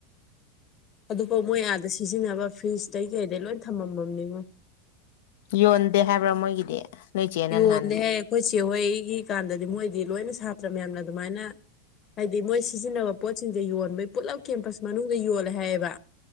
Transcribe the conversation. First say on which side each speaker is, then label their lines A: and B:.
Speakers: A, on the left; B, on the left.
A: ꯑꯗꯨꯐꯥꯎ ꯃꯣꯏ ꯌꯥꯗꯁꯤ ꯁꯤꯖꯤꯟꯅꯕ ꯐ꯭ꯔꯤꯖꯇꯩꯩ ꯀꯩꯗꯩ ꯂꯣꯏ ꯊꯝꯃꯝꯃꯝꯅꯤꯕꯣ
B: ꯌꯣꯟꯗꯦ ꯍꯥꯏꯕ꯭ꯔꯥ ꯃꯣꯏꯒꯤꯗꯤ ꯅꯣꯏ ꯆꯦꯅ
A: ꯌꯣꯟꯅꯦꯦ
B: ꯅꯍꯥꯟ
A: ꯑꯩꯈꯣꯏ ꯆꯦ ꯍꯣꯏ ꯑꯩꯒꯤ ꯀꯥꯟꯗꯗꯤ ꯃꯣꯏꯗꯤ ꯂꯣꯏꯅ ꯁꯥꯇ꯭ꯔ ꯃꯌꯥꯝꯅ ꯑꯗꯨꯃꯥꯏꯅ ꯍꯥꯏꯗꯤ ꯃꯣꯏ ꯁꯤꯖꯤꯟꯅꯕ ꯄꯣꯠꯁꯤꯡꯁꯦ ꯌꯣꯟꯕꯩ ꯄꯨꯂꯞ ꯀꯦꯝꯄꯁ ꯃꯅꯨꯡꯗ ꯌꯣꯜꯂꯦ ꯍꯥꯏꯌꯦꯕ